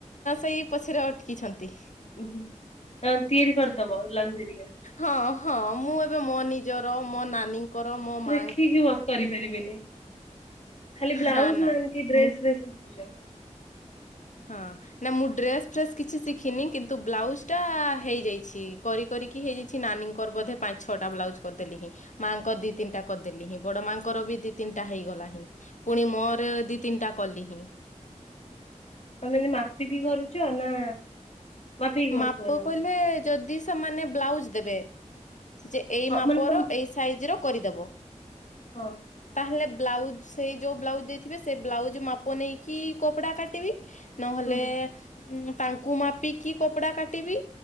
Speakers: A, on the left; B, on the left.
A: ସେଇ ପଛରେ ଅଟକିଛନ୍ତି।
B: ଉ ହ ତିଆରି କରଦବ ବ୍ଲାଉଜ ହେରୀକା?
A: ହଁ ହଁ ମୁଁ ଏବେ ମୋ ନିଜର, ମୋ ନାନୀଙ୍କର, ମୋ ମା
B: ଠିକ୍ ଭାବେ କରିପାରିବିନି ଖାଲି
A: ହଁ
B: ବ୍ଲାଉଜ ନା ଡ୍ରେସସ୍
A: ମୁଁ
B: ଶିଖୁଛ?
A: ହଁ ନା ମୁଁ ଡ୍ରେସ ଫ୍ରେସ୍ କିଛି ଶିଖିନି କିନ୍ତୁ ବ୍ଲାଉଜ ଟା
B: ତମେ
A: ହେଇଯାଇଛି। କରି କରିକି ହେଇଯାଇଛି। ନାନୀଙ୍କର ବୋଧେ ପାଞ୍ଚ ଛଅଟା ବ୍ଲାଉଜ କରିଦେଲିନି। ମାଆଙ୍କ ଦି ତିନଟା କରିଦେଲିନି ହିଁ। ବଡ ମାଆଙ୍କର ବି ଦି ତିନିଟା ହେଇଗଲାନି ହିଁ ପୁଣି ମୋର ଦି ତିନିଟା କଲିନି ହିଁ।
B: ତମେ ଏ ମିତି ମାପିକି କରୁଛ ନା ମାପିକି କରୁଥିବ
A: ମାପ
B: ତମେ?
A: କହିଲେ ଯଦି ସେମାନେ ବ୍ଲାଉଜ ଦେବେ ଯେ ଏଇ
B: ହଁ
A: ମାପର
B: ମାନେ ତମ
A: ଏଇ ସାଇଜ ର କରିଦେବ।
B: ହଁ।
A: ତାହେଲେ ବ୍ଲାଉଜ ସେଇ ଯୋଉ ବ୍ଲାଉଜ ଦେଇଥିବେ ସେ ବ୍ଲାଉଜ ମାପ ନେଇକି କପଡା କାଟିବି। ନହେଲେ
B: ହୁଁ
A: ତାଙ୍କୁ ମାପିକି କପଡା କାଟିବି।